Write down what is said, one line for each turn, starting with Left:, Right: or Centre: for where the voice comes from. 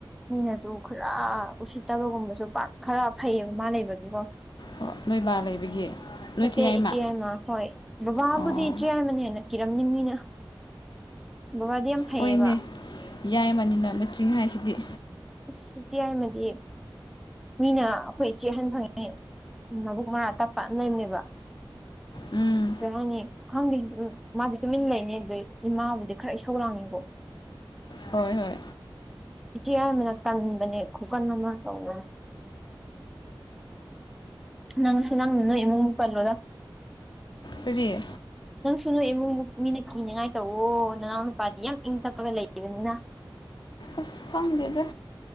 Centre: ꯃꯤꯅꯁꯨ ꯈꯔ ꯎꯁꯤꯠꯇꯕꯒꯨꯝꯕꯁꯨ ꯄꯥꯛ ꯈꯔ ꯐꯩꯌꯦꯕ ꯃꯥ ꯂꯩꯕꯒꯤꯀꯣ
Left: ꯍꯣꯏ ꯅꯣꯏ ꯕꯥ ꯂꯩꯕꯒꯤ ꯅꯣꯏ
Centre: ꯅꯠꯇꯦ
Left: ꯆꯦꯌꯥꯏꯃ
Centre: ꯏꯆꯦ ꯌꯥꯏꯃ ꯍꯣꯏ ꯕꯕꯥꯕꯨꯗꯤ
Left: ꯑꯣ
Centre: ꯏꯆꯦ ꯌꯥꯏꯃꯅ ꯍꯦꯟꯅ ꯀꯤꯔꯝꯅꯤ ꯃꯤꯅ ꯕꯕꯥꯗꯤ ꯌꯥꯝ ꯐꯩꯌꯦꯕ
Left: ꯍꯣꯏꯅꯦ ꯌꯥꯏꯃꯅꯤꯅ ꯃꯆꯤꯡ ꯍꯥꯏꯁꯤꯗꯤ
Centre: ꯑꯁ ꯏꯆꯦ ꯌꯥꯏꯃꯗꯤ ꯃꯤꯅ ꯑꯩꯈꯣꯏ ꯏꯆꯦ ꯑꯍꯟ ꯐꯪꯉꯤ ꯃꯕꯨꯛ ꯃꯔꯥ ꯇꯞꯄ ꯂꯩꯕꯅꯦꯕ
Left: ꯎꯝ
Centre: ꯀꯩ ꯍꯥꯏꯅꯤ ꯈꯪꯗꯦ ꯎ ꯃꯥꯗꯤ ꯇꯨꯃꯤꯟ ꯂꯩꯍꯦ ꯏꯃꯥꯕꯨꯗꯤ ꯈꯔ ꯏꯁꯧ ꯂꯥꯡꯉꯤꯀꯣ <inaudible>
Left: ꯍꯣꯏ ꯍꯣꯏ
Centre: ꯏꯆꯦ ꯌꯥꯢꯃꯅ ꯀꯟꯕꯅꯦ ꯈꯨꯀꯟ ꯑꯃ ꯇꯧꯋꯦ ꯅꯪꯁꯨ ꯅꯪ ꯅꯣꯢ ꯏꯃꯨꯡꯃꯨꯛ ꯄꯜꯂꯣꯗ
Left: ꯀꯔꯤ
Centre: ꯅꯪꯁꯨ ꯅꯣꯢ ꯏꯃꯨꯡꯃꯨꯛ ꯃꯤꯅ ꯀꯤꯅꯤꯡꯉꯥꯏ ꯇꯧꯋꯣ ꯅꯅꯥꯎ ꯅꯨꯄꯥꯗꯤ ꯌꯥꯝ ꯏꯪ ꯇꯞꯄꯒ ꯂꯩꯕꯅꯤꯅ
Left: ꯑꯁ ꯈꯪꯗꯦꯗ